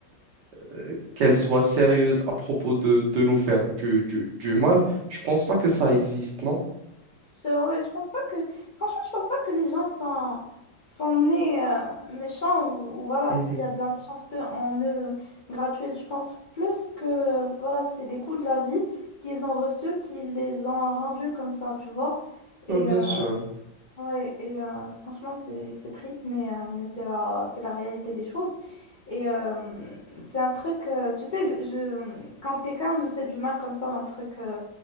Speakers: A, on the right; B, on the left.
A: euh, qu'elle soit sérieuse à propos de, de nous faire du, du, du mal, je pense pas que ça existe, non?
B: C'est vrai, je pense pas que. Franchement, je pense pas que les gens sont, sont nés euh, méchants ou, ou voilà,
A: Mhm.
B: qu'il y a de la méchanceté en eux euh, gratuite. Je pense plus que euh, voilà, c'est des coups de la vie qu'ils ont reçus, qu'ils les ont rendus comme ça, tu vois. Et
A: Ouais, bien
B: euh,
A: sûr.
B: ouais, et euh, franchement, c'est c'est triste, mais, euh, mais c'est la, c'est la réalité des choses. Et euh, c'est un truc, euh, tu sais, je, je- quand quelqu'un me fait du mal comme ça, ou un truc, euh,